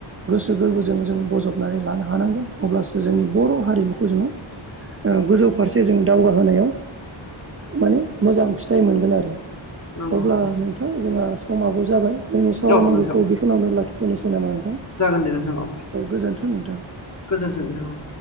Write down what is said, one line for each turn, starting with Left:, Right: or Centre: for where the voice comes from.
Right: गोसो गोरबोजों जों बजबनानै लानो हानांगोन अब्लासो जोंनि बर' हारिमुखौ जोङो ओ गोजौ फारसे जों दावगाहोनायाव माने मोजां फिथाइ मोनगोन आरो
Left: नंगौ
Right: अब्ला
Left: नंगौ
Right: नोंथां जोंहा समाबो जाबाय जोंनि सावरायनांगौखौ
Left: औ नोंथां
Right: बेखिनियावनो लाखिथ'नोसै नामा नोंथां?
Left: जागोन दे नोंथां औ
Right: गोजोन्थों नोंथां।
Left: गोजोन्थों नोंथां औ